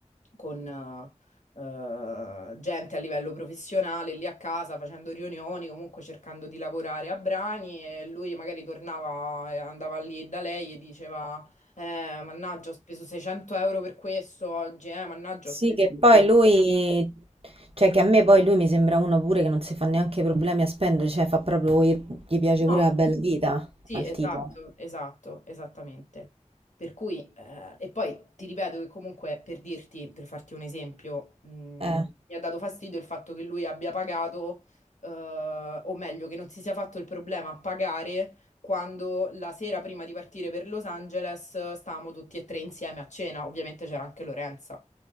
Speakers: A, on the left (about 70°); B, on the right (about 50°).
A: con eh, eh, gente a livello professionale lì a casa facendo riunioni, comunque cercando di lavorare a brani e lui magari tornava, eh, andava lì da lei e diceva eh, mannaggia ho speso 600 euro per questo oggi, eh, mannaggia
B: Sì,
A: ho speso
B: che poi
A: 100
B: lui,
A: euro.
B: cioè che a me poi lui mi sembra uno pure che non si fa neanche problemi a spendere, cioè fa proprio, gli, gli piace
A: No.
B: pure la bella vita
A: Sì,
B: al
A: esatto,
B: tipo.
A: esatto, esattamente. Per cui, eh, e poi ti ripeto che comunque per dirti, per farti un esempio, mh,
B: Eh,
A: mi ha dato fastidio il fatto che lui abbia pagato, eh, o meglio, che non si sia fatto il problema a pagare quando la sera prima di partire per Los Angeles stavamo tutti e tre insieme a cena. Ovviamente c'era anche Lorenza.